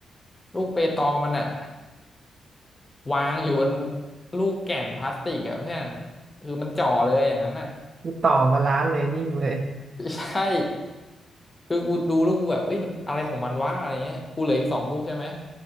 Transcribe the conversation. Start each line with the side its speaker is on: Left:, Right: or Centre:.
Left: ลูกเปตองมันอะวางอยู่บนลูกแก่นพลาสติกอะเพื่อนคือมันจ่อเลยอย่างนั้นน่ะ
Right: กู <laughs> ต่อมาล้านเลยนิ่งเลย
Left: <laughs> ใช่ คือกูดูแล้วกูแบบเอ้ยมันอะไรของมันวะอะไรเงี้ยกูเหลืออีกสองลูกใช่ไหม